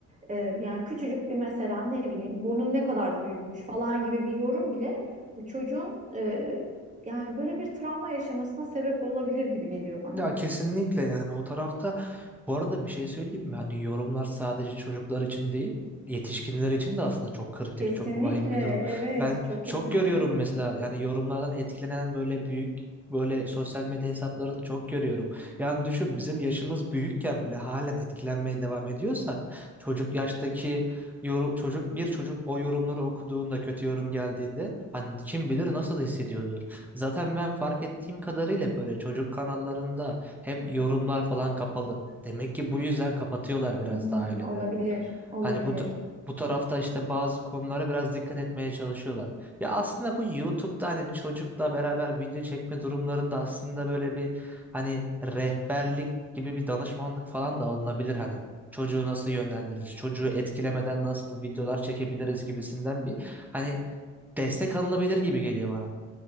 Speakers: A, on the right; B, in the centre.
A: Ee, yani küçücük bir mesela ne bileyim burnun ne kadar da büyükmüş falan gibi bir yorum bile bu çocuğun e, yani böyle bir travma yaşamasına sebep olabilir gibi geliyor bana.
B: Ya kesinlikle yani o tarafta bu arada bir şey söyleyeyim mi? Hani yorumlar sadece çocuklar için değil, yetişkinler için de aslında çok kritik,
A: Kesinlikle
B: çok vahim bir durum.
A: evet
B: Ben
A: çok
B: çok
A: kesinlikle.
B: görüyorum mesela yani yorumlardan etkilenen böyle büyük böyle sosyal medya hesaplarını çok görüyorum. Yani düşün bizim yaşımız büyükken bile halen etkilenmeye devam ediyorsak çocuk yaştaki yorum, çocuk bir çocuk o yorumları okuduğunda kötü yorum geldiğinde hani kim bilir nasıl hissediyordur. Zaten ben fark ettiğim kadarıyla böyle çocuk kanallarında hep yorumlar falan kapalı. Demek ki bu yüzden kapatıyorlar biraz
A: Hmm,
B: da aileler.
A: olabilir olabilir.
B: Hani bu t- bu tarafta işte bazı konulara biraz dikkat etmeye çalışıyorlar. Ya aslında bu YouTube'da hani çocukla beraber video çekme durumlarında aslında böyle bir hani rehberlik gibi bir danışmanlık falan da alınabilir hani. Çocuğu nasıl yönlendiririz, çocuğu etkilemeden nasıl videolar çekebiliriz gibisinden bir hani destek alınabilir gibi geliyor bana.